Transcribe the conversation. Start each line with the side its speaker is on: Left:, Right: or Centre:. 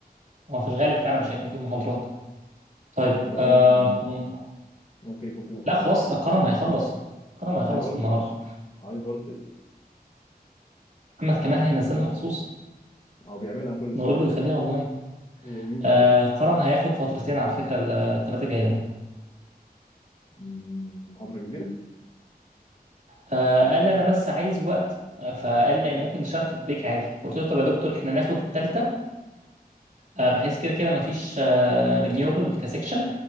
Right: هو في الغالب فعلا مش هيكون في محاضرات طيب
Left: آه، لا
Right: آه
Left: ممكن
Right: مم.
Left: ممكن يكون في محاضرة
Right: لا خلاص كرم هيخلص كرم هيخلص
Left: هاي فولتج
Right: النهارده
Left: هاي فولتج
Right: محمد كمال هينزلنا مخصوص
Left: هو بيعملها كل
Right: نقول
Left: سنة
Right: له يخليها
Left: <laughs>
Right: اونلاين
Left: هي جديدة
Right: آه
Left: عليك
Right: كرم هياخد فترتين على فكره الثلاثه الجاي ده
Left: مم، محاضرة كبيرة
Right: آه قال لي انا بس عايز وقت آه، فقال لي ممكن نشتغل في البريك عادي فقلت له طب يا دكتور احنا ناخد الثالثه آه، بحيث كده كده مفيش رينيوبل كسكشن